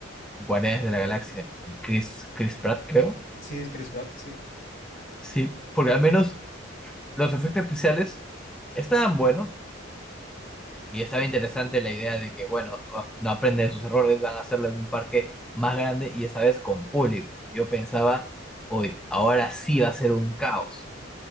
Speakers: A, in the centre; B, on the left.
A: Guardianes de la Galaxia, eh, Chris, Chris Pratt, creo.
B: Sí, es Chris Pratt, sí.
A: Sí, porque al menos los efectos especiales estaban buenos y estaba interesante la idea de que, bueno, oh, no aprende de sus errores, van a hacerlo en un parque más grande y esta vez con público. Yo pensaba, hoy, ahora sí va a ser un caos.